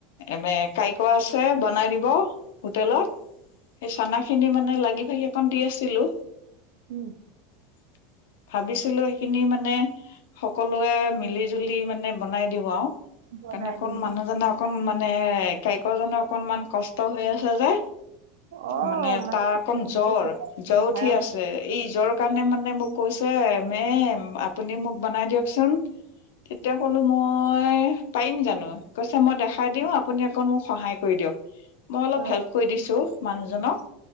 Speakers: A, on the left; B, on the right.
A: এনে কাৰিকৰ আছে বনাই দিব। হোটেলত সেই চানা খিনি মানে লাগি ভাগি অক দি আছিলো্
B: উম।
A: <inaudible> ভাবিছিলো এইেইখিনি মানে সকলোৱে মিলি জুলি মানে বনাই দিওঁ আৰু‌।
B: বনাই
A: <unintelligible> অকণ
B: দিম
A: মানুহজনে
B: বুলি
A: অকণ মানে গাইকৰজনৰ অকনমান কষ্ট হৈ আছে যে।
B: অ
A: মানে তাৰ
B: টোপনি
A: অকম
B: খতি
A: জ্বৰ
B: কৰা
A: জ্বৰ উঠি
B: ধাৰা মাৰিব
A: আছে এই জ্বৰ কাৰণে মে মোক কৈছে মে আপুনি মোক বনাই দিয়কচোন। তেতিয়া
B: অ
A: কলো মই পাৰিম জানো কৈছে মই দেখাই দিওঁ আপুনি অকন মোক সহায় কৰি দিয়ক। মই অলপ
B: অ
A: হেল্প কৰি দিছো মানুহজনক